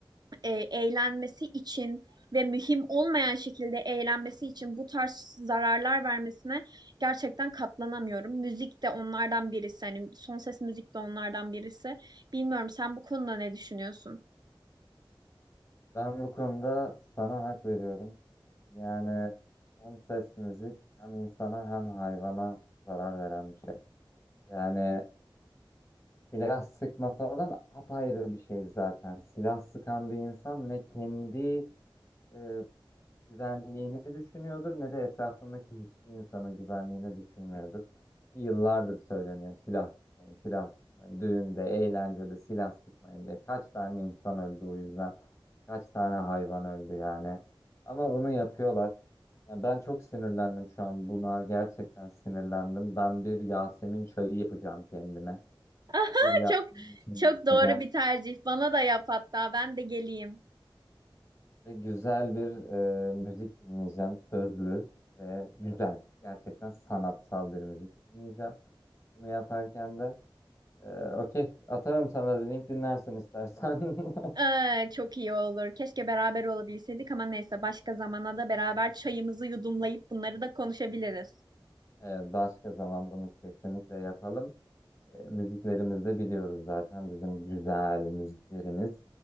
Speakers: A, on the right (about 50°); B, on the left (about 35°).
A: e, eğlenmesi için ve mühim olmayan şekilde eğlenmesi için bu tarz zararlar vermesine gerçekten katlanamıyorum. Müzik de onlardan birisi. Hani son ses müzik de onlardan birisi. Bilmiyorum sen bu konuda ne düşünüyorsun?
B: Ben bu konuda sana hak veriyorum. Yani son ses müzik hem insana hem hayvana zarar veren bir şey. Yani silah sıkma falan apayrı bir şey zaten. Silah sıkan bir insan ne kendi e, güvenliğini düşünüyordur ne de etrafındaki hiçbir insanın güvenliğini düşünmüyordur. Yıllardır söyleniyor silah sıkmayın, silah sıkmayın. Düğünde, eğlencede silah sıkmayın diye. Kaç tane insan öldü o yüzden. Kaç tane hayvan öldü yani. Ama bunu yapıyorlar. Yani ben çok sinirlendim şu an buna. Gerçekten sinirlendim. Ben bir Yasemin çayı yapacağım kendime.
A: <laughs> Aha,
B: Bir Yasemin
A: Çok
B: çayı
A: çok
B: içeceğim.
A: doğru bir tercih. Bana da yap hatta ben de geleyim.
B: Ve güzel bir e, müzik dinleyeceğim. Sözlü ve güzel. Gerçekten sanatsal bir müzik dinleyeceğim. Bunu yaparken de e, okey atarım sana da link dinlersin istersen. <laughs>
A: Ee, çok iyi olur. Keşke beraber olabilseydik ama neyse başka zamana da beraber çayımızı yudumlayıp bunları da konuşabiliriz.
B: E, başka zaman bunu kesinlikle yapalım. E, müziklerimizi de biliyoruz zaten. Bizim güzel müziklerimiz.